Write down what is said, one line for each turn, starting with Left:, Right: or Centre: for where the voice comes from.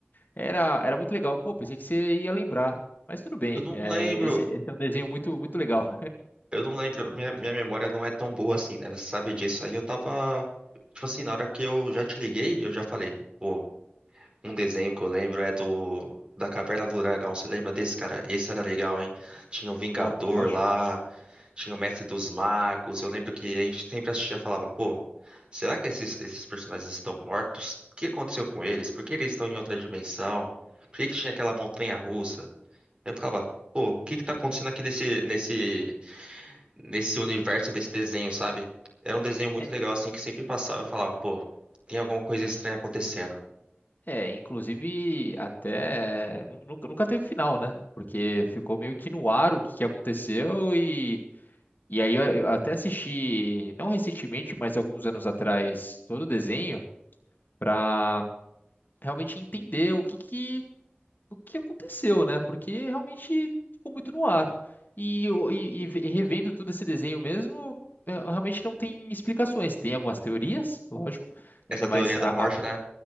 Left: Era, era muito legal. Pô, pensei que você ia lembrar. Mas tudo bem.
Right: Eu não
Left: É,
Right: lembro.
Left: esse, esse é um desenho muito, muito legal.
Right: Eu não lembro. Minha, minha memória não é tão boa assim, né? Você sabe disso. Aí eu tava, tipo assim, na hora que eu já te liguei, eu já falei, pô, Um desenho que eu lembro é do da Caverna do Dragão. Você lembra desse, cara? Esse era legal, hein? Tinha o Vingador
Left: Pô, lógico.
Right: lá, tinha o Mestre dos Magos. Eu lembro que a gente sempre assistia e falava, pô, será que esses, esses personagens estão mortos? O que aconteceu com eles? Por que eles estão em outra dimensão? Por que que tinha aquela montanha russa? Eu ficava, pô, o que que tá acontecendo aqui nesse nesse nesse universo desse desenho, sabe? Era um desenho
Left: É,
Right: muito
Left: é-
Right: legal assim que sempre passava e eu falava, pô, tem alguma coisa estranha acontecendo.
Left: é, inclusive até nu- nunca, nunca teve final, né? Porque ficou meio que no ar o que, que aconteceu e, e aí eu, eu até assisti, não recentemente, mas alguns anos atrás, todo o desenho pra realmente entender o que, o que aconteceu, né? Porque realmente ficou muito no ar. E, eu- e, e ve- e revendo todo esse desenho mesmo, eh, realmente não tem explicações. Tem algumas teorias, lógico,
Right: Essa
Left: ainda
Right: teoria
Left: mais
Right: da
Left: a,
Right: morte,
Left: a-
Right: né?